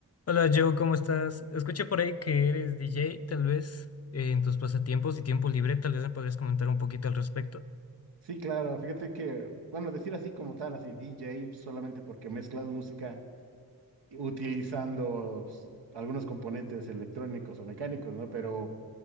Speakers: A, on the left; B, on the right.
A: Hola Joe, ¿cómo estás? Escuché por ahí que eres DJ, tal vez, eh, en tus pasatiempos y tiempo libre, tal vez me podrías comentar un poquito al respecto.
B: Sí, claro, fíjate que, bueno, decir así como tal, así DJ, solamente porque mezclas música utilizando s- algunos componentes electrónicos o mecánicos, ¿no? Pero